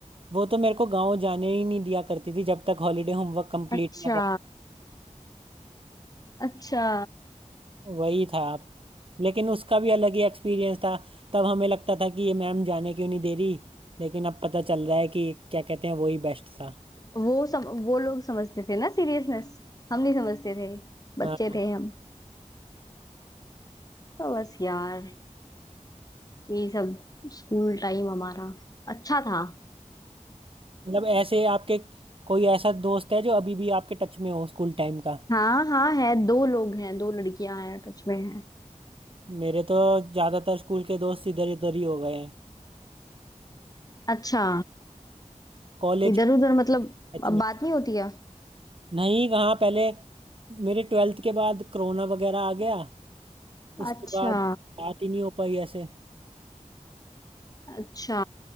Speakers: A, on the right; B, on the left.
A: वो तो मेरे को गाँव जाने ही नहीं दिया करती थी जब तक हॉलीडे होमवर्क कंप्लीट
B: अच्छा
A: ना कर
B: अच्छा
A: वही था लेकिन उसका भी अलग ही एक्सपीरियंस था तब हमें लगता था कि ये मैम जाने क्यों नहीं दे रही लेकिन अब पता चल रहा है कि क्या कहते हैं वही बेस्ट था
B: वो सम, वो लोग समझते थे ना सीरियसनेस हम नहीं समझते थे बच्चे
A: हाँ
B: थे हम तो बस यार यही सब स्कूल टाइम हमारा अच्छा था
A: मतलब ऐसे आपके कोई ऐसा दोस्त है जो अभी भी आपके टच में हो स्कूल टाइम का
B: हाँ हाँ है दो लोग हैं दो लड़कियां हैं टच में हैं
A: मेरे तो ज्यादातर स्कूल के दोस्त इधर उधर ही हो गए हैं
B: अच्छा
A: कॉलेज
B: इधर
A: के
B: उधर मतलब
A: टच
B: अब
A: में
B: बात नहीं होती है
A: नहीं कहाँ पहले मेरे ट्वेल्थ के बाद कोरोना वगैरह आ गया उसके
B: अच्छा
A: बाद बात ही नहीं हो पाई ऐसे अ,
B: अच्छा